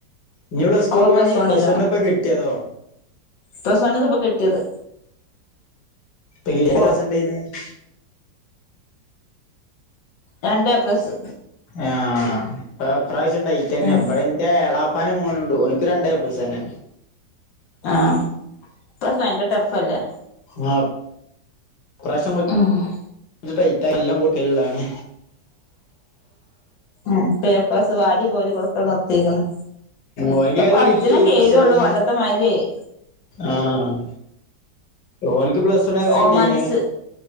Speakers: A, on the left; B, on the left.
A: ഇനി പ്ലസ്
B: അവള്
A: ടു പോണേ
B: വണ്ണിലാണ്
A: പ്ലസ് വൺ ഇപ്പ കിട്ടിയതോ
B: പ്ലസ് വൺ ക്ക് ഇപ്പോ കിട്ടിയത്
A: ഇപ്പിട
B: ഓ
A: ഉണ്ടന്ന് <unintelligible>
B: രണ്ട് എ പ്ലസ്
A: ആഹ് ഇ ഇപ്രാവശ്യം ടൈറ്റ് തന്നെ
B: ആഹ്
A: ഇവിടെ എന്റെ എള പ്പാന്റെ മോനുണ്ട് ഓനിക്ക് രണ്ട് എ പ്ലസ് തന്നെ
B: ആഹ് ഇപ്പ ഭയങ്ക ടഫ് അല്ലെ
A: ആ ഇപ്രാശ്യം കൊ
B: <unintelligible>
A: ഇത് ടൈറ്റായി നല്ലം കൊടുക്കലുള്ളാണ്.
B: ഹ ഇപ്പ എ പ്ലസ് വാരി കോരികൊടുക്ക നിർത്തിയെക്കണു
A: ഓനിക്ക്
B: ഇപ്പൊ
A: ഏതാ
B: പഠിച്ചിന
A: കിട്ടി
B: കേരുള്ളൂ
A: പ്ലസ് വൺ
B: പണ്ടത്തെ മാതിരി യായി
A: ആഹ് ഓനിക്ക് പ്ലസ് വൺ ഏത കിട്ടിയേക്കണ്
B: ഓമാൻറിസ്